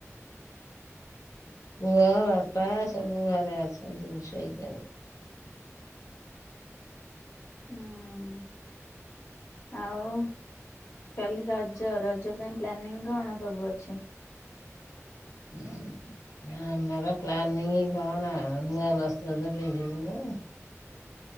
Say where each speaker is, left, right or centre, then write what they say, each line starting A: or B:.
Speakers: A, on the left; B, on the left.
A: ପୁଅ ବାପା ସବୁ ଘରେ ଅଛନ୍ତି ଶୋଇଯାଉ।
B: ହୁଁ ଆଉ। କାଲି ରଜ ରଜ ପାଇଁ ପ୍ଲାନିଂ କଣ ସବୁ ଅଛି।
A: <inaudible> ଆମର ପ୍ଲାନିଂ କଣ ଆଉ ନୂଆ ବସ୍ତ୍ର ତ ପିନ୍ଧିବୁନୁ।